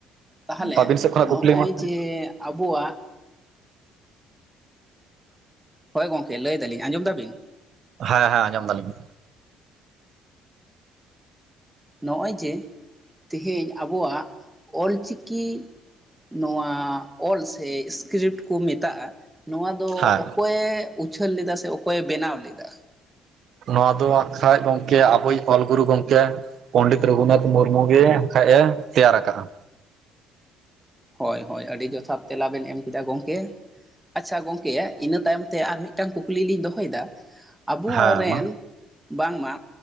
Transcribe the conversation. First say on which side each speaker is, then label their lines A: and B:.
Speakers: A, in the centre; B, on the right.
A: ᱛᱟᱦᱚᱞᱮ
B: ᱟᱹᱵᱤᱱ ᱥᱮᱫ ᱠᱷᱚᱱᱟᱜ ᱠᱩᱠᱞᱤ
A: ᱱᱚᱜ-ᱚᱭ
B: ᱢᱟ ᱦᱮᱸ
A: ᱡᱮ ᱟᱵᱚᱣᱟᱜ, ᱦᱳᱭ ᱜᱚᱢᱠᱮ ᱞᱟᱹᱭ ᱫᱟᱞᱤᱧ ᱟᱸᱡᱚᱢ ᱮᱫᱟ ᱵᱤᱱ,
B: ᱦᱮᱸ ᱦᱮᱸ ᱟᱸᱡᱚᱢ ᱮᱫᱟᱞᱤᱧ,
A: ᱱᱚᱜ-ᱚᱭ ᱡᱮ ᱛᱮᱦᱮᱧ ᱟᱵᱚᱣᱟᱜ ᱚᱞ ᱪᱤᱠᱤ, ᱱᱚᱣᱟ ᱚᱞ ᱥᱮ ᱤᱥᱠᱨᱤᱯᱴ ᱠᱚ ᱢᱮᱛᱟᱜ-ᱟ, ᱱᱚᱣᱟ ᱫᱚ
B: ᱦᱮᱸ
A: ᱚᱠᱚᱭᱮ ᱩᱪᱷᱟᱹᱱ ᱞᱮᱫᱟ ᱥᱮ ᱚᱠᱚᱭᱮ ᱵᱮᱱᱟᱣ ᱞᱮᱫᱟ,
B: ᱱᱚᱣᱟ ᱫᱚ ᱦᱟᱸᱜ ᱠᱷᱟᱡ ᱜᱚᱝᱠᱮ ᱟᱵᱚᱭᱤᱡ ᱚᱞ ᱜᱩᱨᱩ ᱜᱚᱝᱠᱮ, ᱯᱚᱱᱰᱤᱛ ᱨᱚᱜᱷᱩᱱᱟᱛᱷ ᱢᱩᱨᱢᱩ ᱜᱮ ᱦᱟᱸᱜ ᱠᱷᱟᱡ ᱮ ᱛᱮᱭᱟᱨ ᱟᱠᱟᱜᱼᱟ᱾
A: ᱦᱳᱭ ᱦᱳᱭ ᱟᱹᱰᱤ ᱡᱚᱛᱷᱟᱛ ᱛᱮᱞᱟ ᱵᱮᱱ ᱮᱢ ᱠᱮᱫᱟ ᱜᱚᱢᱠᱮ ᱟᱪᱪᱷᱟ ᱜᱚᱢᱠᱮ ᱤᱱᱟᱹ ᱛᱟᱭᱚᱢ ᱛᱮ ᱟᱨ ᱢᱤᱫᱴᱟᱱ ᱠᱩᱠᱞᱤ ᱞᱤᱧ ᱫᱚᱦᱚᱭ ᱮᱫᱟ ᱟᱵᱚ
B: ᱦᱮᱸ
A: ᱨᱮᱱ,
B: ᱢᱟ
A: ᱵᱟᱝᱢᱟ